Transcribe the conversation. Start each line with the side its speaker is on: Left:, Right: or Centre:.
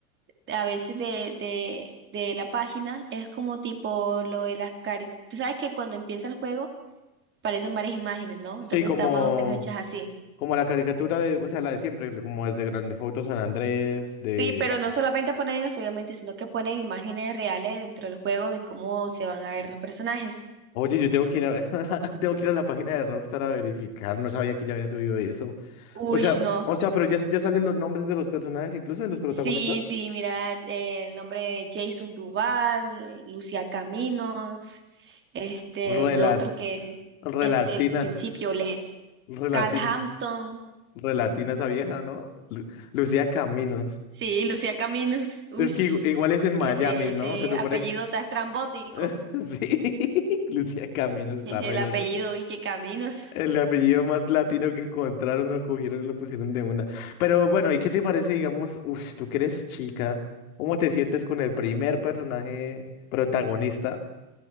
Right: a veces de, de, de la página es como tipo lo de las caricaturas. Tú sabes que cuando empieza el juego aparecen varias imágenes, ¿no?
Left: Sí,
Right: Entonces
Left: como,
Right: están más o menos hechas así.
Left: como la caricatura de, o sea, la de siempre, como es de Grand Theft Auto San Andrés, de...
Right: Sí, pero no solamente ponen eso, obviamente, sino que ponen imágenes reales dentro del juego de cómo se van a ver los personajes.
Left: Oye, yo tengo que ir a, <laughs> tengo que ir a la página de Rockstar a verificar. No sabía que ya había subido eso.
Right: Uy,
Left: O sea,
Right: no.
Left: o sea, pero ya, ya salen los nombres de los personajes, incluso de los protagonistas.
Right: Sí, sí, mira, eh, el nombre de Jason Duval, Lucía Caminos, este,
Left: Rela-
Right: el otro que es
Left: relatina,
Right: el, el principio, le,
Left: relatina,
Right: Cal Hampton,
Left: relatina esa vieja, ¿no? Lu- Lucía Caminos.
Right: sí, Lucía Caminos, ush,
Left: Es que igu- igual es en Miami,
Right: ese, ese
Left: ¿no? Se supone
Right: apellido
Left: que...
Right: está estrambótico,
Left: <laughs> Sí, <laughs> Lucía Caminos está
Right: <laughs> el
Left: re loco.
Right: apellido y que Caminos.
Left: El apellido más latino que encontraron, lo cogieron y lo pusieron de una. Pero bueno, ¿y qué te parece, digamos, uff tú que eres chica, cómo te sientes con el primer personaje protagonista